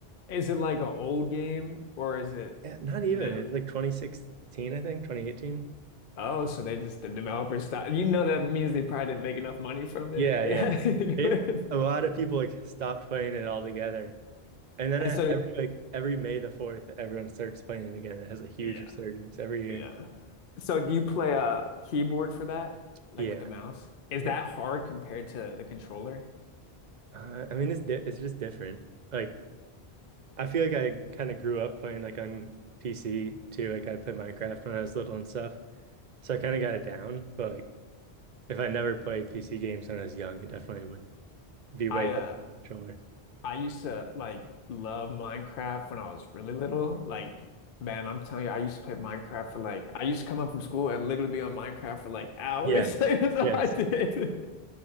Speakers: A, on the left (about 60°); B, on the right (about 50°).
A: Is it like an old game or is it
B: Yeah, not even.
A: new?
B: It's like 2016, I think, 2018.
A: Oh, so they just the developers stopped. You know that means they probably didn't make enough money from
B: Yeah,
A: it. <laughs> They
B: yeah.
A: had to do
B: It
A: it.
B: a lot of people like stopped playing it altogether. And then
A: And
B: uh,
A: so
B: every like every May the 4th, everyone starts playing it again. It has a huge
A: yeah,
B: resurgence every year.
A: yeah. So do you play a keyboard for that? Like
B: Yeah,
A: with the mouse? Is
B: yeah.
A: that hard compared to the controller?
B: Uh, I mean, it's di it's just different. Like I feel like I kind of grew up playing like on PC too. Like I played Minecraft when I was little and stuff, so I kind of got it down. But like If I never played PC games when I was young, it definitely would be
A: I
B: way different
A: uh
B: with a controller.
A: I used to like love Minecraft when I was really little. Like, man, I'm telling you, I used to play Minecraft for like I used to come up from school and literally be on Minecraft for like hours.
B: Yeah.
A: <laughs> Like, that's all
B: Yes.
A: I did.